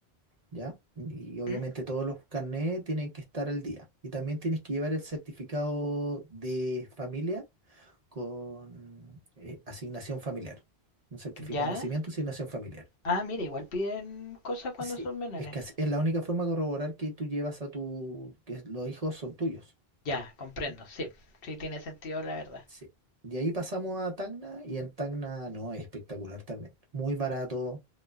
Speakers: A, on the right; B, on the left.
A: ¿ya? Y obviamente
B: ¿Mm?
A: todos los carnés tienen que estar al día. Y también tienes que llevar el certificado de familia con eh, asignación familiar, un certificado
B: ¿Ya?
A: de nacimiento, asignación familiar.
B: Ah, mira, igual piden cosas cuando
A: Sí,
B: son menores.
A: es que así- es la única forma de corroborar que tú llevas a tu, que los hijos son tuyos.
B: Ya, comprendo,
A: ¿Ya?
B: sí. Sí, tiene sentido, la verdad.
A: Sí. De ahí pasamos a Tacna y en Tacna no, es espectacular también. Muy barato,